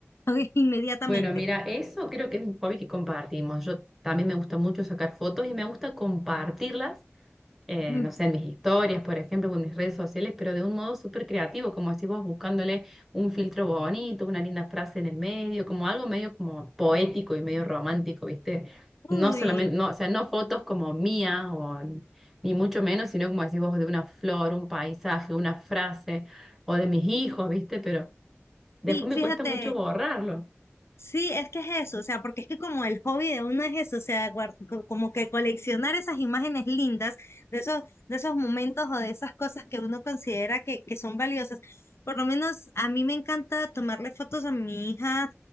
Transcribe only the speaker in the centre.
Bueno, mira, eso creo que es un hobby que compartimos. Yo también me gusta mucho sacar fotos y me gusta compartirlas, eh,
no sé, en mis historias, por ejemplo, o en mis redes sociales, pero de un modo súper creativo, como decís vos, buscándole un filtro bonito, una linda frase en el medio, como algo medio como poético y medio romántico, ¿viste?
No solamente, no, o sea, no fotos como mías o ni mucho menos, sino como decís vos, de una flor, un paisaje, una frase, o de mis hijos, ¿viste? Pero después
me
cuesta mucho borrarlo.